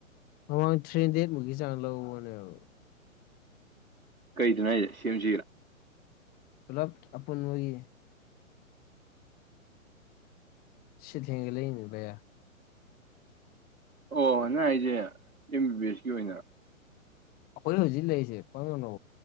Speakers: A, on the left; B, on the right.
A: ꯃꯃꯥꯡ ꯊ꯭ꯔꯤ ꯍꯟꯗ꯭ꯔꯦꯠ ꯃꯨꯛꯀꯤ ꯆꯥꯡ ꯂꯧꯅꯦꯕ
B: ꯀꯩꯗꯨꯅꯣ ꯍꯥꯏꯁꯦ ꯁꯦꯝꯁꯤꯔꯥ
A: ꯄꯨꯂꯞ ꯑꯄꯨꯟ ꯑꯣꯏꯌꯦ ꯁꯤ ꯊꯦꯡꯒ ꯂꯩꯅꯦꯕꯌꯥ
B: ꯑꯣ ꯅꯪ ꯑꯩꯁꯦ ꯑꯦꯝ ꯕꯤ ꯕꯤ ꯑꯦꯁꯀꯤ ꯑꯣꯏꯅ
A: ꯑꯩꯈꯣꯏ ꯍꯧꯖꯤꯛ ꯂꯩꯔꯤꯁꯦ ꯀꯗꯅꯣ